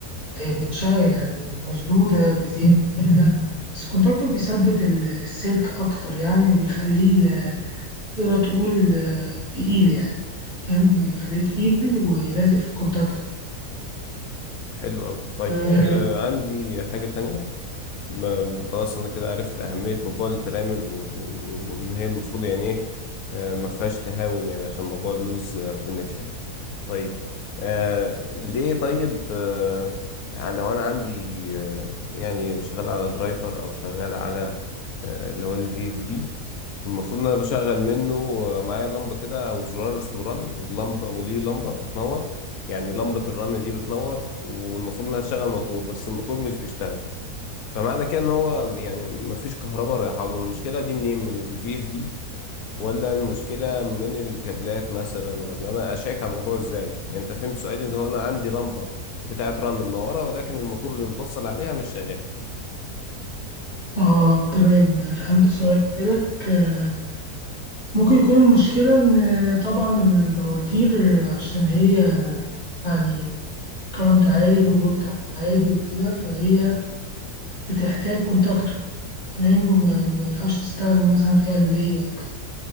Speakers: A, on the left (about 45°); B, on the left (about 70°).
A: آه، متشا يعني مشدودة بزيادة بس الكونتاكتور بيثبت ال- السلك أكتر يعني وبيخليه آه، تقدر تقول آه، تقيل يعني. فاهم بيخليه تقيل ولازق في الكونتاكتور
B: حلو قوي طيب
A: حلو
B: آه عندي حاجة تانية ما- خلاص انا كده عرفت اهمية موضوع الترامل و- و- وان هي المفروض يعني ايه آه ما فيهاش تهاون يعني عشان موضوع اللوز كونكشن طيب آه ليه طيب آه يعني لو انا عندي آه يعني شغال على درايفر او شغال على آه اللي هو الفي اف دي المفروض ان انا بشغل منه آه، معايا لمبه كده او زرار اسمه رن واللمبه وليه لمبه بتنور يعني لمبه الرن دي بتنور والمفروض انها تشغل موتور بس الموتور مش بيشتغل فمعنى كده ان هو يعني مفيش كهرباء رايحه له المشكله دي منين من الفي اف دي ولا المشكلة من الكابلات مثلا ولا أنا أشيك على الموضوع إزاي يعني أنت فهمت سؤالي اللي هو أنا عندي لمبة بتاعت رن منورة ولكن الموتور اللي متوصل عليها مش شغال
A: اه آه، تمام فهمت سؤالك آه، ممكن يكون المشكلة إن آه، طبعا إن المواتير آه، عشان هي آه، يعني كرنت عالي وفولت عالي وكده فهي بتحتاج كونتاكتور تمام يعني ما ينفعش تستخدم مثلا فيها ريلي أو كده